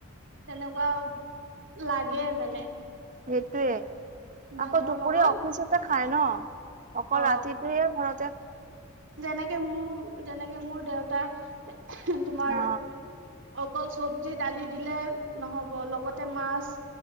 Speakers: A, on the right; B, on the right.
A: তেনেকুৱা লাগে মানে।
B: সেইটোৱে।
A: ভাতৰ
B: আকৌ দুপৰীয়া
A: লগত
B: অফিচতে খাই ন। অকল
A: অ
B: ৰাতিটোৱে ঘৰতে
A: যেনেকে মোৰ, যেনেকে মোৰ দেউতা <unintelligible> তোমাৰ
B: অ
A: অকল চব্জি, দালি দিলে নহ'ব লগতে মাছ।